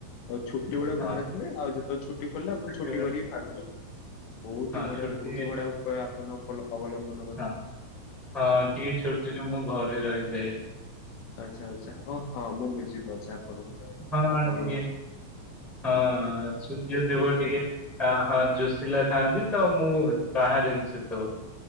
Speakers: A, on the left (about 75°); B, in the centre.
A: ଛୁଟି ବଳେ
B: ହଁ
A: ଘରେ ଥିଲେ। ଆଉ ଯେତେବେଳେ ଛୁ ଛୁଟି ଖୋଲିଲା। ଆପଣ
B: ଛୁଟିବେଳେ
A: ଛୁଟି କରିକି ବାହାରକୁ ଗଲେ। ବହୁତ
B: ହଁ
A: ହି ବଢିଆ
B: ଛୁଟି
A: ବହୁତ ହ ବଢିଆ ଉପାୟ। ଆପଣ ଅବଲମ୍ବନ କରିଛନ୍ତି।
B: ହଁ ହଁ ଟିକେ ଛୁଟିରେ ମୁଁ ଘରେ ରହିଯାଏ।
A: ଆଚ୍ଛା ଆଚ୍ଛା ଓ ହଁ ମୁଁ ବୁଝିପାରୁଛି। ଆପଣଙ୍କୁ
B: ହଁ
A: ଆପଣ
B: ଟିକେ ହଁ ସୂର୍ଯ୍ୟଦେବ
A: ଏ
B: ଟିକେ
A: ଏ
B: ହଁ ଯୋଶିଲ ଥାଆନ୍ତି। ତ ମୁଁ ବାହାରେ ସେତେ